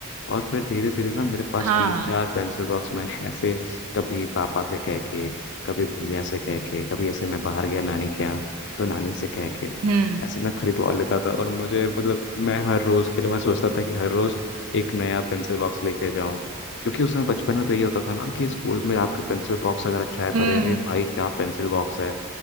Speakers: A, on the left (about 55°); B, on the right (about 75°).
A: और फिर धीरे धीरे ना मेरे पास
B: हाँ
A: तीन चार पेंसिल बॉक्स मैंने <laughs> ऐसे कभी पापा से कह के कभी भैया से कह के कभी ऐसे मैं बाहर गया नानी के यहाँ तो नानी से कह के
B: हम्म
A: ऐसे मैं खरीदवा लेता था और मुझे मतलब मैं हर रोज़ के लिए मैं सोचता था कि हर रोज़ एक नया पेंसिल बॉक्स लेके जाऊँ क्योंकि उसमें बचपन में तो ये होता था ना कि स्कूल में आपके पेंसिल बॉक्स अगर अच्छा है तो
B: हम्म
A: अरे अरे भाई क्या पेंसिल बॉक्स है